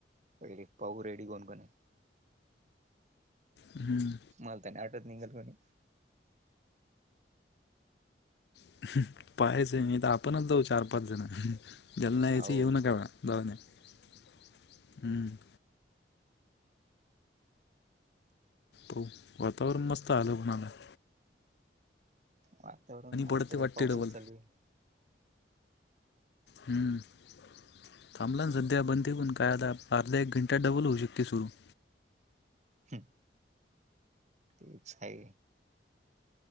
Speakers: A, on the right; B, on the left.
A: पहिले पाहू रेडी कोण कोण
B: हम्म
A: मला तर नाही वाटत निघाल कोणी
B: <inaudible> पाहायचं मी तर आपणच जाऊ चार, पाच जण त्याला न यायचे
A: हो
B: येऊ नका व जाऊन या. <inaudible> हम्म. <inaudible> हो वातावरण मस्त आलं म्हणालाय.
A: वातावरण आज
B: पडते
A: तर काय
B: वाटते
A: पाऊसच
B: डबल
A: चालू आहे.
B: हम्म, <inaudible> थांबला ना सध्या बनते पण काय अता अर्धा एक घंटा डबल होऊ शकते सुरू. <inaudible>
A: हम. तेच आहे.